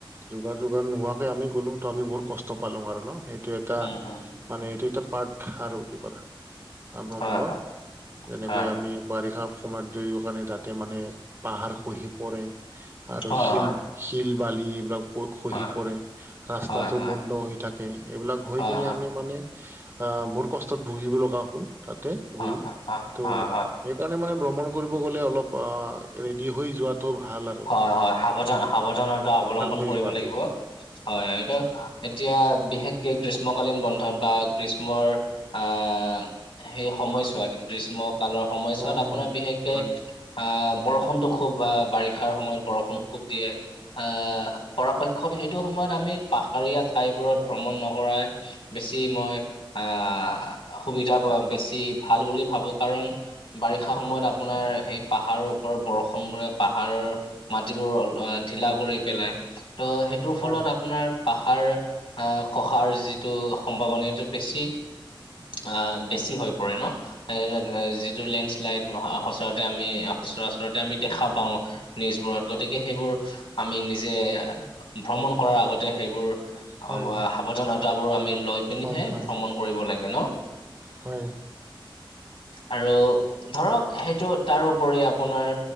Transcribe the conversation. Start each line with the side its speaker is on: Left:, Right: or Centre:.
Right: যোগান যোগান নোহোৱাকে আমি গ'লো তো আমি বহুত কষ্ট পালোঁ আৰু ন সেইটো এটা।
Left: উম উম
Right: মানে এইটো এটা পাৰ্ট আৰু কি কলা। অ ভ্ৰমণৰ
Left: হয় হয়
Right: যেনেকৈ
Left: হয়
Right: আমি বাৰিষা সময়ত ধৰি কাৰনে তাত। তাতে মানে পাহাৰ খহি পৰে আৰু
Left: হয়
Right: শিল
Left: হয়
Right: শিল বালি এইবিলাক। বহুত খহি
Left: হয়
Right: পৰে ৰাস্তাটো
Left: হয় হয়
Right: বন্ধ হৈ থাকে এইবিলাক হৈ
Left: হয়
Right: কিনি
Left: হয়
Right: আমি মানে। আহ বহুত কষ্টত ভুগিব লগা হ'ল তাতে গৈ
Left: হয় হয়
Right: ত'
Left: হয় হয়
Right: সেইকাৰণে মানে ভ্ৰমণ কৰিব গ'লে অলপ অহ ৰেডি হৈ যোৱাটো ভাল আ
Left: হয় হয় সাৱধান সাৱধানতা অৱলম্বন
Right: হৈ
Left: কৰিব
Right: যোৱাটো
Left: লাগিব হয় এইটো। এতিয়া বিশেষকে গ্ৰীষ্মকালীন বন্ধত বা গ্ৰীষ্মৰ আহ। সেই সময়ছোৱাত, গ্ৰীষ্ম কালৰ সময়ছোৱাত।
Right: গৰম
Left: আপোনাৰ
Right: বন্ধত
Left: বিশেষকে।
Right: হয়
Left: অ'হ, বৰষুণতটো খুব বাৰিষ। ষাৰ সময়ত বৰষুণ খুব দিয়ে। আহ, পৰাপক্ষত সেইটো সময়ত আমি পাহাৰীয়া। ঠাইবোৰত ভ্ৰমণ নকৰাই। বেছি মই, আহ, সুবিধাবোৰ বেছি ভাল বুলি ভাবো। কাৰণ। বাৰিষা সময়ত আপোনাৰ, সেই পাহাৰৰ ওপৰ বৰষুণ বোৰে পাহ হাৰ, মাটিবোৰ অ ধিলা কৰি পেলাই। ত' সেইটোৰ ফলত
Right: হয়
Left: আপোনাৰ। পাহাৰ আহ, খহাৰ যিটো সম্ভাৱনিয়তা বেছি। অঁ', বেছি হৈ পৰে ন'?। এযিটো লেণ্ডশ্লাইড সচৰাতে আমি সচৰাচৰতে আমি দেখা পাওঁ <unintelligible> নিউজবোৰত গতিকে সেইবোৰ আমি নিজে ভ্ৰমণ কৰাৰ আগতে সেইবোৰ।
Right: হয়
Left: অ হা সাৱধানতাবোৰ আমি লৈ পিনিহে
Right: হয় হয়
Left: ভ্ৰমণ কৰিব লাগে ন।
Right: হয়
Left: আৰু ধৰক সেইটো তাৰপৰি আপোনাৰ